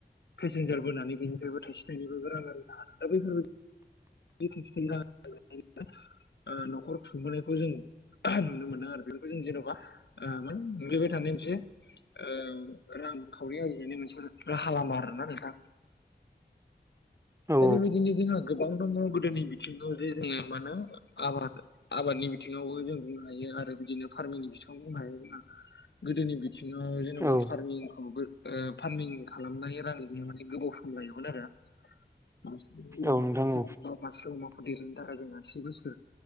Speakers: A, on the left; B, on the right.
A: पेसेन्जार बोनानै बेनिफ्रायबो थाइसे थाइनैबाबो रां आरजिनो हादों दा बेफोरबायदि बि थाइसे थायनै रां ओ न'खर खुंबोनायखौ जों <unintelligible> नुनो मोनो आरो बेफोरखौ जों जेन'बा ओ मा <unintelligible> थानाय मोनसे ओ रांखावरि आरजिनाय मोनसे राहा लामा आरो ना नोंथा
B: औ
A: दा बेबायदिनो जोंहा गोबां दङ गोदोनि बिथिङाव जे जोङो मा होनो आबाद आबादनि बिथिङावबो जों बुंनो हायो आरो बिदिनो फार्मिंनि बिथिङाव बुंनो हायो गोदोनि बिथिङाव जेन'बा
B: औ
A: फार्मिंखौबो फारमिं खालामनाय रां माने गिदिंनो गोबाव सम लायोमोन आरो मासे
B: औ नोंथां औ
A: अमाखौ देरनो थाखाय जों आसि बोसोर